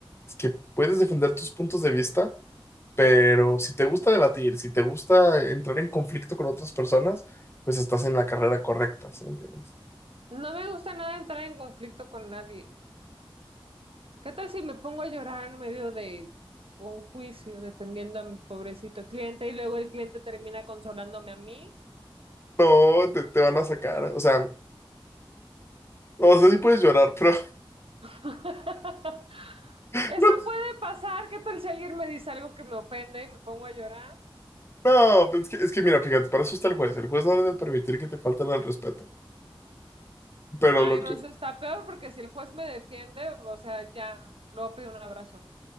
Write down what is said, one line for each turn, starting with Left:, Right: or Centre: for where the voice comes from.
Left: es que puedes defender tus puntos de vista, pero si te gusta debatir, si te gusta entrar en conflicto con otras personas, pues estás en la carrera correcta, ¿sí me entiendes?
Right: No me gusta nada entrar en conflicto con nadie. ¿Qué tal si me pongo a llorar en medio de un juicio defendiendo a mi pobrecito cliente y luego el cliente termina consolándome a mí?
Left: No, te, te van a sacar, o sea, no sé si puedes llorar, pero
Right: <laughs>
Left: <laughs>
Right: Eso puede pasar. ¿Qué tal si alguien me dice algo que me ofende y me pongo a llorar?
Left: No, es que, es que mira, fíjate, para eso está el juez. El juez no debe permitir que te falten al respeto. Pero
Right: Ay,
Left: lo que
Right: no, eso
Left: sí
Right: está peor porque si el juez me defiende, o sea, ya, luego pido un abrazo.